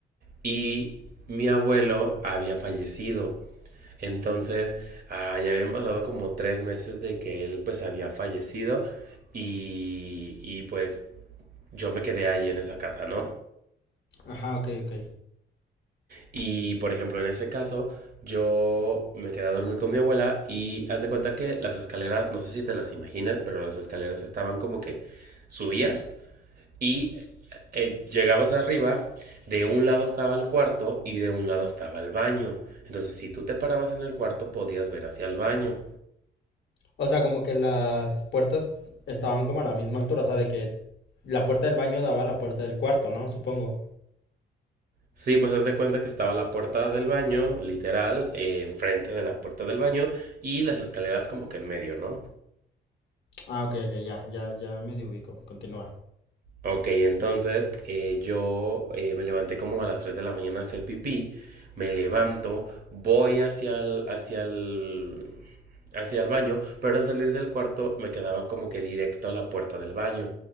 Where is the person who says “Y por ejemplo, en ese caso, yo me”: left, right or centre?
Right